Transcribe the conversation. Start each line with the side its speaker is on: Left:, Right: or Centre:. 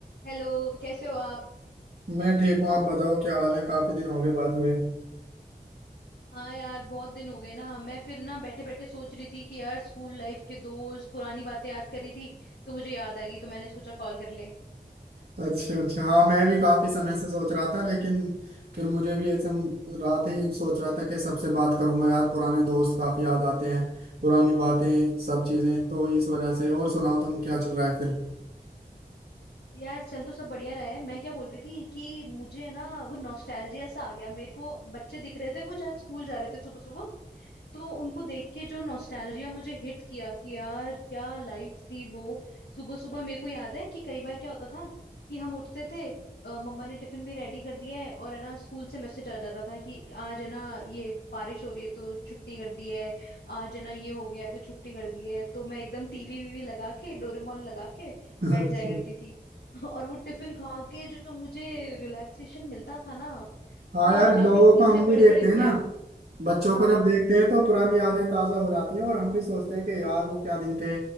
Left: हेलो कैसे हो आप
Right: मैं ठीक हूँ आप बताओ क्या हाल है काफी दिन हो गए बात हुए
Left: हाँ यार बहुत दिन हो गए ना मैं फिर ना बैठे बैठे सोच रही थी कि यार स्कूल लाइफ के दोस्त पुरानी बातें याद करी थी तो मुझे याद आ गई तो मैंने सोचा कॉल कर ले
Right: अच्छा अच्छा हाँ मैं भी काफी समय से सोच रहा था लेकिन फिर मुझे भी ऐसे म- रात ही सोच रहा था कि सबसे बात करूंगा यार पुराने दोस्त काफी याद आते हैं पुरानी बातें सब चीजें तो इस वजह से और सुनाओ तुम क्या चल रहा है फिर
Left: यार चल तो सब बढ़िया रहा है मैं क्या बोल रही थी कि मुझे ना वो नॉस्टैल्जिया सा आ गया मेरे को बच्चे दिख रहे थे कुछ आज स्कूल जा रहे थे सुबह सुबह तो उनको देख के जो नॉस्टैल्जिया मुझे हिट किया कि यार क्या लाइफ थी वो सुबह सुबह मेरे को याद है कि कई बार क्या होता था कि हम उठते थे अ, मम्मा ने टिफिन भी रेडी कर दिया है और है ना स्कूल से मैसेज आ जाता था कि आज है ना ये बारिश हो रही है तो छुट्टी कर दी है आज है ना ये हो गया है तो छुट्टी कर दी है तो मैं एकदम टीवी वीवी लगा के डोरेमोन लगा के
Right: <laughs>
Left: बैठ
Right: अच्छा
Left: जाया करती थी <laughs> और वो टिफिन खा के जो मुझे रिलैक्सेशन मिलता था ना
Right: हाँ
Left: वो
Right: यार
Left: मुझे
Right: लोगों
Left: अभी
Right: को
Left: इतने
Right: हम भी
Left: बड़े
Right: देखते
Left: बड़े कैफ
Right: हैं ना बच्चों
Left: हाँ
Right: को जब देखते हैं तो पुरानी यादें ताजा हो जाती हैं और हम भी सोचते हैं कि यार वो क्या दिन थे